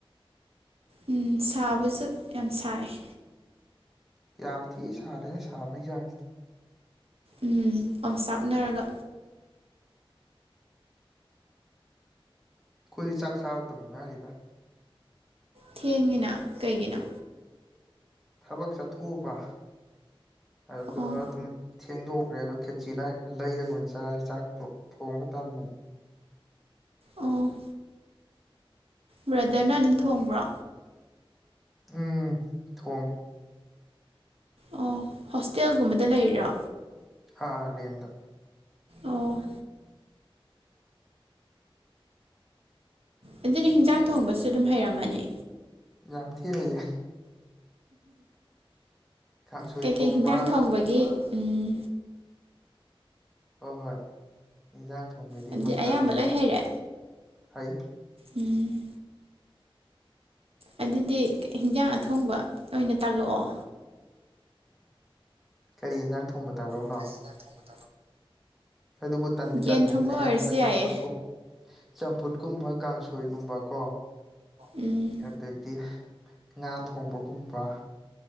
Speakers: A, on the right (about 85°); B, in the centre.
A: ꯎꯝ ꯁꯥꯕꯁꯨ ꯌꯥꯝ ꯁꯥꯏꯌꯦ
B: ꯌꯥꯝ ꯊꯤ ꯁꯥꯔꯦꯍꯦ ꯁꯥꯕꯒꯤ ꯆꯥꯡꯁꯤꯗꯤ
A: ꯎꯝ ꯑꯣꯝꯆꯥꯛꯅꯔꯒ
B: ꯑꯩꯈꯣꯏꯗꯤ ꯆꯥꯛ ꯆꯥꯔꯇꯕꯨ ꯉꯥꯏꯔꯤꯗ
A: ꯊꯦꯡꯉꯤꯅ ꯀꯩꯒꯤꯅꯣ
B: ꯊꯕꯛ ꯆꯠꯊꯣꯛꯎꯕ ꯑꯗꯨꯗ
A: ꯑꯣ
B: ꯑꯗꯨꯝ ꯊꯦꯡꯗꯣꯛꯈ꯭ꯔꯦ ꯑꯗꯨ ꯈꯦꯆꯤ ꯂꯩꯏ ꯂꯩꯔꯒ ꯑꯣꯏꯅ ꯆꯥꯔꯦ ꯆꯥꯛꯇꯣ ꯊꯣꯡꯕ ꯇꯟꯗꯅ
A: ꯑꯣ ꯕ꯭ꯔꯗꯔꯅ ꯑꯗꯨꯝ ꯊꯣꯡꯕ꯭ꯔꯣ
B: ꯎꯝ ꯊꯣꯡꯉꯦ
A: ꯑꯣ ꯍꯣꯁꯇꯦꯜꯒꯨꯝꯕꯗ ꯂꯩꯔꯤꯔꯣ
B: ꯑꯥ ꯔꯦꯟꯇꯗ
A: ꯑꯣ ꯑꯗꯨꯗꯤ ꯍꯤꯟꯖꯥꯡ ꯊꯣꯡꯕꯁꯨ ꯑꯗꯨꯝ ꯍꯩꯔꯝꯃꯅꯤ
B: ꯌꯥꯝ ꯊꯤ ꯍꯩꯌꯦ ꯀꯥꯡꯁꯣꯏ
A: ꯀꯩꯀꯩ
B: ꯊꯣꯡꯕ
A: ꯍꯤꯟꯖꯥꯡ ꯊꯣꯡꯕꯒꯤ ꯎꯝ
B: ꯍꯣꯏ ꯍꯣꯏ ꯏꯟꯖꯥꯡ ꯊꯣꯡꯕꯩꯗꯤ
A: ꯑꯗꯨꯗꯤ
B: ꯃꯁꯇꯔ
A: ꯑꯌꯥꯝꯕ
B: ꯑꯣꯏꯔꯦ
A: ꯂꯣꯏ ꯍꯩꯔꯦ
B: ꯍꯩ
A: ꯎꯝ ꯑꯗꯨꯗꯤ ꯍꯤꯟꯖꯥꯡ ꯑꯊꯣꯡꯕ ꯑꯣꯏꯅ ꯇꯥꯛꯂꯛꯑꯣ
B: ꯀꯔꯤ ꯌꯦꯟꯖꯥꯡ ꯊꯣꯡꯕ ꯇꯥꯛꯂꯧꯅꯣ
A: ꯀꯔꯤꯗ ꯍꯦꯟꯖꯡ ꯊꯣꯡꯕ
B: ꯑꯗꯨꯕꯨ ꯇꯟꯗꯤ
A: ꯌꯦꯟ
B: ꯇꯟꯕꯅꯤꯅ
A: ꯊꯣꯡꯕ
B: ꯑꯌꯥꯝꯕꯅ
A: ꯑꯣꯏꯔꯁꯨ
B: ꯆꯝꯐꯨꯠ
A: ꯌꯥꯏꯌꯦ
B: ꯀꯨꯝ ꯆꯝꯐꯨꯠꯀꯨꯝꯕ ꯀꯥꯡꯁꯣꯏꯒꯨꯝꯕ ꯀꯣ
A: ꯎꯝ
B: ꯑꯗꯩꯗꯤ ꯉꯥ ꯊꯣꯡꯕꯒꯨꯝꯕ